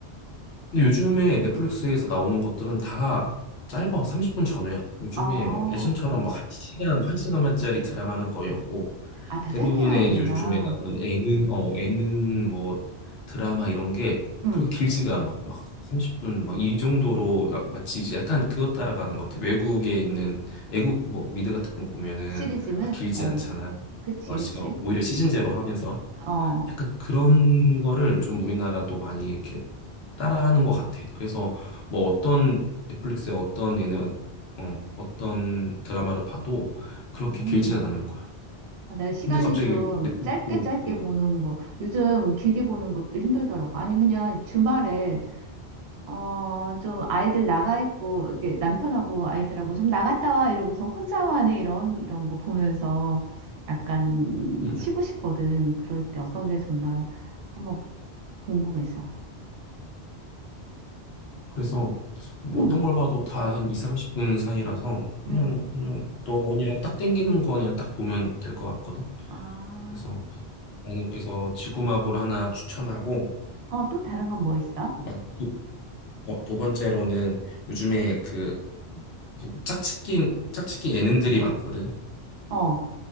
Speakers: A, on the left; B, on the right.
A: 근데 요즘에 넷플릭스에서 나오는 것들은 다 짧아. 30분 전후야. 요즘에
B: 어.
A: 막 예전처럼 막 한 시간 한 시간만짜리 드라마는 거의 없고
B: 아, 다
A: 대부분의
B: 짧게 나오는구나.
A: 요즘에 나오는 예능, 어, 예능 뭐 드라마 이런 게
B: 응.
A: 그렇게 길지가 않아. 막 30분 막 이 정도로 야- 마치 이제 약간 그것 따라가는 것 같아. 외국에 있는 외국 뭐 미드 같은 거 보면은
B: 시리즈물?
A: 막 길지
B: 어.
A: 않잖아.
B: 그치,
A: 어, 시-
B: 그치.
A: 어, 오히려 시즌제로 하면서
B: 어.
A: 약간 그런 거를 좀 우리나라도 많이 이렇게 따라하는 것 같아. 그래서 뭐 어떤 넷플릭스의 어떤 얘는 어, 어떤 드라마를 봐도 그렇게
B: 음,
A: 길지는 않을 거야.
B: 아, 내 시간이
A: 근데 갑자기
B: 좀
A: 넷플릭스
B: 짧게 짧게
A: 음,
B: 보는 거, 요즘 길게 보는 것도 힘들더라고. 아니, 그냥 주말에, 어, 좀 아이들 나가 있고, 이게 남편하고 아이들하고 좀 나갔다 와 이러고서 혼자만의 이런, 이런 거 보면서 약간
A: 음. 음.
B: 쉬고 싶거든. 그럴 때 어떤 게 좋나 한번 궁금해서.
A: 그래서 뭐
B: 응,
A: 어떤 걸 봐도 다 한 2, 30분 사이라서 그냥
B: 응.
A: 그냥 너 그냥 딱 땡기는 거 그냥 딱 보면 될 것 같거든.
B: 아,
A: 그래서 나는 그래서 지구마블 하나 추천하고
B: 어, 또 다른 건 뭐 있어?
A: 마- 두, 어, 두 번째로는 요즘에 그 짝짓기 짝짓기 예능들이 많거든.
B: 어,